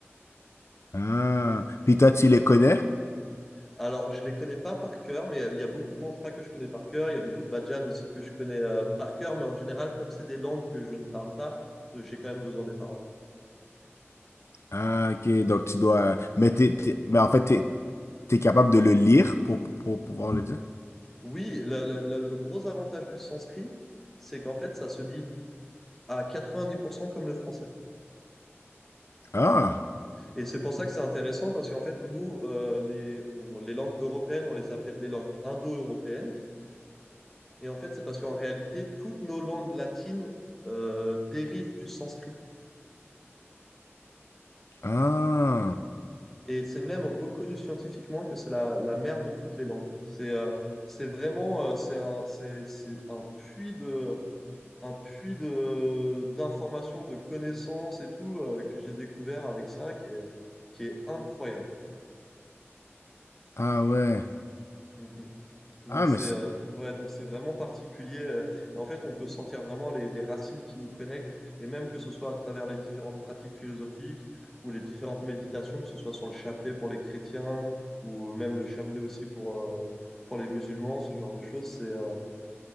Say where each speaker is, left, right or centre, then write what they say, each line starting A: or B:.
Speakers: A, on the left (about 70°); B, in the centre.
A: Ah. Puis toi, tu les connais?
B: Alors, je les connais pas par cœur, mais euh, il y a beaucoup de mantras que je connais par cœur. Il y a beaucoup de bhajans aussi que je connais euh, par cœur, mais en général, comme c'est des langues que je ne parle pas, euh, j'ai quand même besoin des paroles.
A: Ah, OK. Donc, tu dois, mais t'es, t'es- mais en fait, t'es, t'es capable de le lire pour, pour, pour pouvoir le dire?
B: Oui, la- la- la- le gros avantage du sanskrit, c'est qu'en fait, ça se lit à 90% comme le français.
A: Ah.
B: Et c'est pour ça que c'est intéressant, parce qu'en fait, nous, euh, les, on- les langues européennes, on les appelle les langues indo-européennes. Et en fait, c'est parce qu'en réalité, toutes nos langues latines euh, dérivent du sanskrit.
A: Ah.
B: Et c'est même reconnu scientifiquement que c'est la, la mère de toutes les langues. C'est euh, c'est vraiment euh, c'est un, c'est, c'est un puits de, un puits de, d'informations, de connaissances et tout euh, que j'ai découvert avec ça qui est, qui est incroyable.
A: Ah ouais.
B: Mhm. Donc
A: Ah,
B: c'est
A: mais c'est-
B: euh, ouais, donc c'est vraiment particulier. euh, et en fait, on peut sentir vraiment les, les racines qui nous connectent, et même que ce soit à travers les différentes pratiques philosophiques ou les différentes méditations, que ce soit sur le chapelet pour les chrétiens ou même le chapelet aussi pour, euh, pour les musulmans, ce genre de choses, c'est euh,